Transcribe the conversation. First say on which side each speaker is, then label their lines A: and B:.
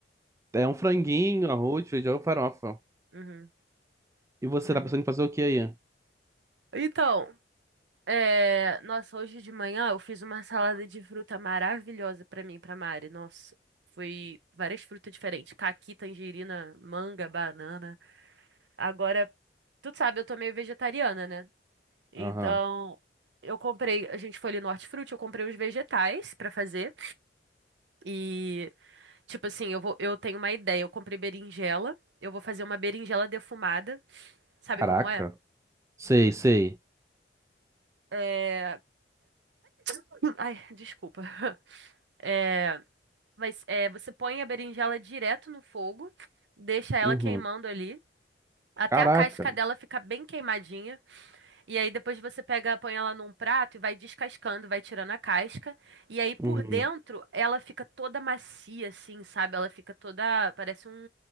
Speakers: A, on the right; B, on the right.
A: é um franguinho, arroz, feijão e farofa.
B: Uhum.
A: E você
B: maneiro.
A: tá pensando em fazer o que aí?
B: Então, é... nossa, hoje de manhã eu fiz uma salada de fruta maravilhosa pra mim, e pra Mari. Nossa, foi várias frutas diferentes. Caqui, tangerina, manga, banana. Agora, tu sabe, eu tô meio vegetariana, né? Então,
A: Aham.
B: eu comprei, a gente foi ali no Hortifruti, eu comprei uns vegetais pra fazer. E, tipo assim, eu vou, eu tenho uma ideia. Eu comprei berinjela, eu vou fazer uma berinjela defumada. Sabe
A: Caraca.
B: como é?
A: Sei, sei.
B: É... <clears throat> Ai, desculpa. <laughs> É... Mas é, você põe a berinjela direto no fogo, deixa ela
A: Uhum.
B: queimando ali, até
A: Caraca.
B: a casca dela ficar bem queimadinha. E aí depois você pega, põe ela num prato e vai descascando, vai tirando a casca. E aí por
A: Uhum.
B: dentro ela fica toda macia, assim, sabe? Ela fica toda, parece um,